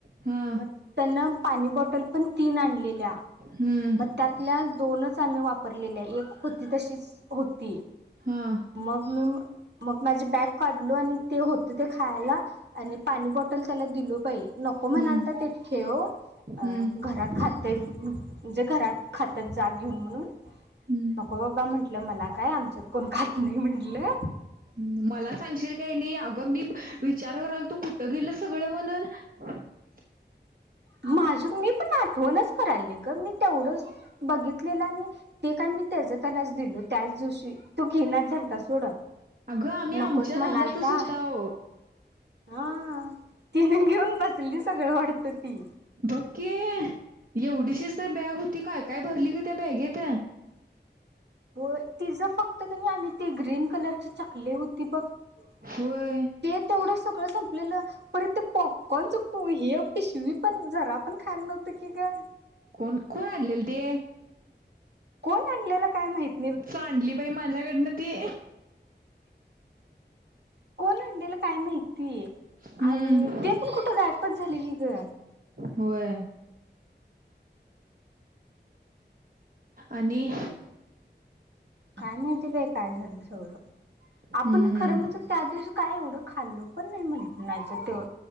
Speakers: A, on the right; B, on the right.
A: हा
B: मग त्यांना पाणी बॉटल पण तीन आणलेल्या
A: हम्म
B: मग त्यातल्या दोनच आम्ही वापरलेले एक होती तशीच होती
A: हा
B: मग मी मन मग माझे बॅग काढलो आणि ते होत ते खाला आणि पाणी बॉटल त्याला दिलो पाहि नको
A: हम्म
B: म्हणालता ते ठेव अ
A: हम्म
B: घरात खात म्हणजे घरात खातात जाग घेऊन म्हणून
A: हम्म
B: नको बाबा म्हंटलं मला काय आमच्यात कोण खात नाही म्हटलं
A: ह मला सांगशील काय नाही अगं मी विचार कराल तू कुठं गेलं सगळं म्हणून <inaudible>
B: माझ मी पण आठवणच करायल नाही ग मी तेवढं बघितलेलं आणि ते काही त्याना दि त्याच दिवशी तो घेणार लता सोड
A: अगं आम्ही
B: नकोच
A: आमच्या
B: म्हणालता
A: नादातच होता अहो
B: हा तिने घेऊन बसली सगळं वाटत ती
A: पक्की एवढीशीच तर बॅग होती काय काय भरली क त्या बॅगच
B: हो तिचं फक्त क नाही आम्ही ती ग्रीन कलरची चकली होती बघ ते
A: होय
B: तेवढं सगळं संपलेलं परत ते पॉप कोणचं हे टी शिवी पण जरा पण खायला नव्हतं की ग
A: कोण कोण आणलेल ते
B: आणला काय माहिती
A: सांडली बाई माझ्याकडनं ती
B: कोण आणडेला काय माहिती
A: हम्म
B: आणि ते पण कुठं गायपच झाले ती ग
A: होय आणि
B: काय माहिती बे काय झालं सगळं
A: हम्म
B: आपण
A: हम्म
B: खरं म्हणजे त्या दिवशी काय एवढं खाल्लो पण नाही म्हणे नाहीच तो